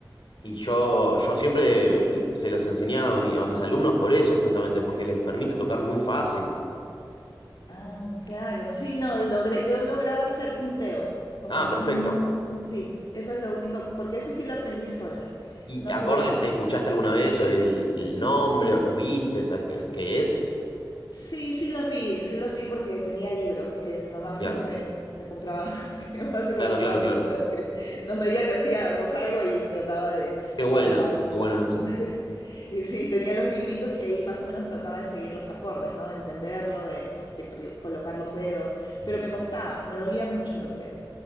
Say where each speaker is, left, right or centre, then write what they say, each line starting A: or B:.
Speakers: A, on the left; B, on the left.
A: y yo, yo siempre se los enseñaba a, mi- a mis alumnos por eso, justamente, porque les permite tocar muy fácil.
B: Ah, claro, sí, no, logré, yo lograba hacer punteos, como
A: Ah, Ah, perfecto.
B: tun, tun, tun, sí, eso es lo único, porque eso sí lo aprendí sola,
A: ¿Y
B: no
A: acordes,
B: tuve guía.
A: escuchaste alguna vez o el, el nombre o los viste? ¿Sabes qué, qué es?
B: Sí, sí los vi, sí los vi porque tenía libros que mi mamá
A: Claro,
B: siempre me compraba, <laughs> sí, mi mamá siempre
A: claro,
B: compraba
A: claro, claro.
B: cositas que nos veía que hacíamos algo y trataba de
A: Qué claro.
B: motivarnos
A: bueno, qué bueno
B: en-
A: eso.
B: <laughs> Y sí, tenía los libritos y ahí más o menos trataba de seguir los acordes, ¿no? De entenderlo, de, de cl- colocar los dedos,
A: Mm.
B: pero me costaba, me dolía mucho los dedos.